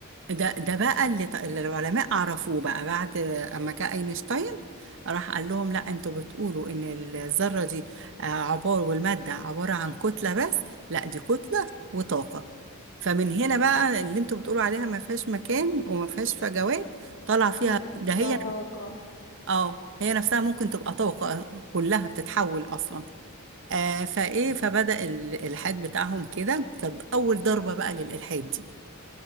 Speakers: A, on the right; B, on the left.
A: ده ده بقى اللي, ط- اللي العلماء عرفوه بقى بعد اما جاء اينشتاين راح قال لهم لا انتوا بتقولوا ان الذرة دي آه، عبارة والمادة عبارة عن كتلة بس لا دي كتلة وطاقة فمن هنا بقى اللي انتوا بتقولوا عليها ما فيهاش مكان وما فيهاش فجوات طالع فيها
B: لا،
A: ده
B: فيها
A: هي
B: طاقه
A: اه هي نفسها ممكن تبقى طاقة كلها بتتحول اصلا آه فايه فبدأ ال- الالحاد بتاعهم كده كانت اول ضربة بقى للالحاد دي